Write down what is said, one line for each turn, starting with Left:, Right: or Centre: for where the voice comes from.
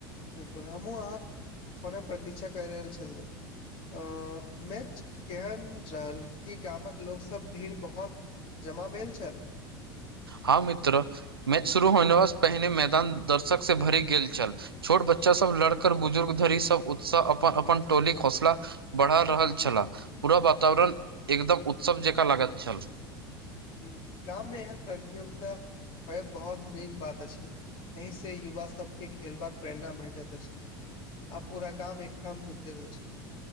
Left: बिलकुल हमहूँ अहाँ कोना प्रतीक्षा कैय रहल छलू ओ मेच केहन रहल कि गामक लोक सब भीड़ बहुत जमा भेल छल
Right: हँ मित्र मैच शुरू होनेवा सँ पहिने मैदान दर्शक से भरि गेल छल छोट बच्चा सब लड़कर बुजुर्ग धरी सब उत्साह अपन अपन टोली होसला बढ़ा रहल छला पूरा वातावरण एकदम उत्सव जेकाँ लागैत छल
Left: हुँ गाँव मे एहेन प्रतियोगिता होएब बहुत नीक बात अछि एहि से युवा सबके खेलबाक प्रेरणा भेटैत अछि आ पूरा गाम एकठाम जुटैत अछि